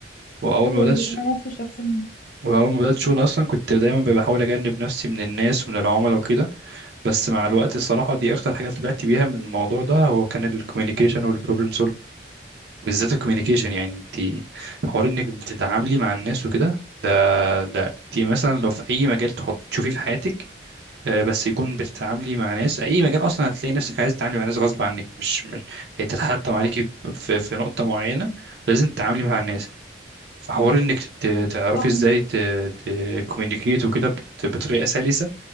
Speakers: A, on the right (about 60°); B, on the left (about 45°).
A: واول
B: أيوة
A: ما بدات
B: دي
A: ش-
B: انا نفس الشخصيه
A: واول ما بدات شغل اصلا كنت دايما بحاول اجنب نفسي من الناس ومن العملاء وكده بس مع الوقت الصراحه دي اكتر حاجه طلعت بيها من الموضوع ده هو كان الكوميونيكيشن والبروبلم بالذات الكوميونيكيشن يعني انت حوار انك بتتعاملي مع الناس وكده ده ده انت مثلا لو في اي مجال تحط تشوفيه في حياتك آه، بس يكون بتتعاملي مع ناس اي مجال اصلا هتلاقي نفسك عايز تتعاملي مع ناس غصب عنك مش مش هيتحتم عليكي
B: صح
A: في في نقطة معينة لازم تتعاملي مع الناس فحوار انك تت- تعرفي
B: صح
A: ازاي تكوميونيكيت وكده بت- بطريقة سلسة